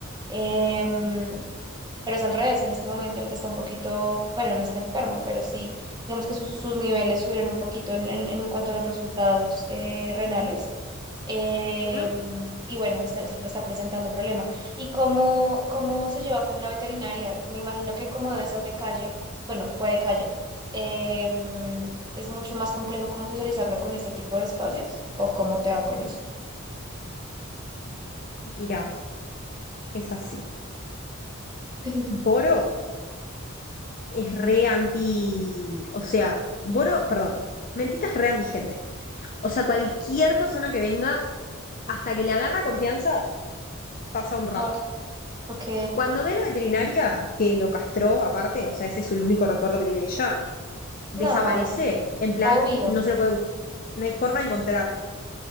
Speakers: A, on the right (about 20°); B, on the left (about 40°).
A: Em, pero es al revés, en este momento el que está un poquito, bueno, no está enfermo, pero sí, digamos que sus, sus niveles subieron un poquito en, en- en cuanto a los resultados eh, renales. Eh,
B: Ujú.
A: y bueno, este es el que está presentando el problema. ¿Y cómo, cómo se lleva con la veterinaria? Me imagino que como debe ser de calle, bueno, fue de calle, eh, es mucho más complejo cómo socializarlo con este tipo de espacios o cómo te va con eso.
B: Mirá, es así.
A: <laughs>
B: Boro es re anti. O sea, Boro, perdón. Mentita es re antigente. O sea, cualquier persona que venga, hasta que le agarra confianza, pasa un rato.
A: Ah, Ok,
B: Cuando ve a la veterinaria que lo castró, aparte, o sea, ese es el único recuerdo que tiene de ella, desaparece,
A: no,
B: en plan,
A: obvio,
B: no se lo puede buscar, no hay forma de encontrarlo.